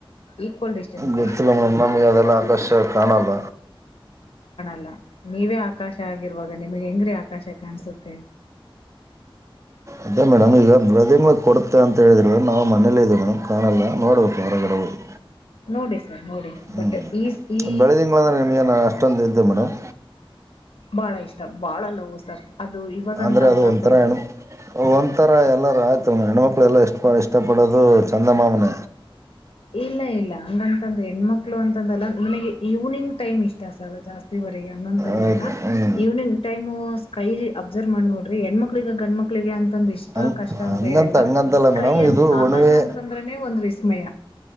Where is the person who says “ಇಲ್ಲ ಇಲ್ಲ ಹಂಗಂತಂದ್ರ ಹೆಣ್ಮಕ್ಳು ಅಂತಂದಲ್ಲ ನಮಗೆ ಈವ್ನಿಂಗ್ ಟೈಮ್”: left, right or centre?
Left